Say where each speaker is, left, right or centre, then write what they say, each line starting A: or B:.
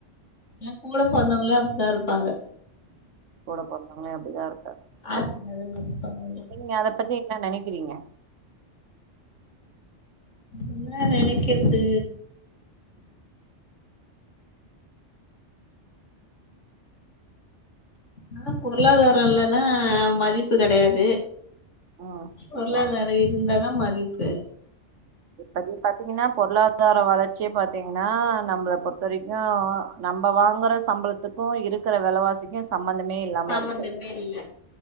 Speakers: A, on the left; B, on the right.
A: ஏ கூட பொறந்தவங்ளே அப்டித்தா இருப்பாங்க
B: கூட பொறந்தவங்ளே அப்டிதா இருக்காங்க
A: காசு இருந்தாதா மதிப்பாங்க
B: நீங்க அத பத்தி என்ன நெனக்கிறீங்க
A: என்னா நெனக்கற்து ஆனா பொருளாதாரோ இல்லன்னா மதிப்பு கெடையாது
B: ம்
A: பொருளாதாரோ இருந்தாதா மதிப்பு
B: இப்போதைக்கு பாத்திங்கன்னா பொருளாதார வளர்ச்சியே பாத்திங்கன்னா நம்ள பொறுத்த வரைக்கு நம்ப வாங்குற சம்பளத்துக்கு இருக்குற வெலவாசிக்கு சம்மந்தமே இல்லாம
A: சம்மந்தமே
B: இருக்கு
A: இல்ல